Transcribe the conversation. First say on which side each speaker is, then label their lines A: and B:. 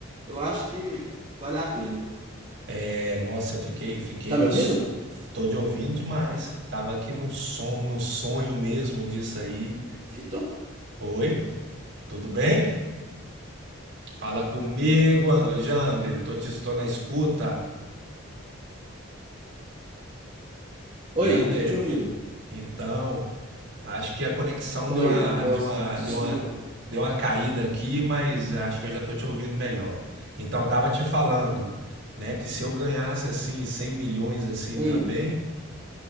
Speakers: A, on the right; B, on the right.
A: eu acho que vale a pena.
B: É, nossa, eu fiquei, fiquei
A: Tá
B: nos.
A: me ouvindo?
B: Tô te ouvindo demais. Tava aqui num son, num sonho mesmo disso aí.
A: Vitor?
B: Oi, tudo bem? Fala comigo, An- Jander. Tô te estou na escuta.
A: Oi,
B: Jander,
A: tô te ouvindo.
B: então, acho que a conexão
A: Oi,
B: deu uma,
A: nossa,
B: deu uma,
A: desculpa.
B: deu uma, deu uma caída aqui, mas acho que eu já tô te ouvindo melhor. Então, eu tava te falando, né, que se eu ganhasse assim 100 milhões assim
A: Hum,
B: também,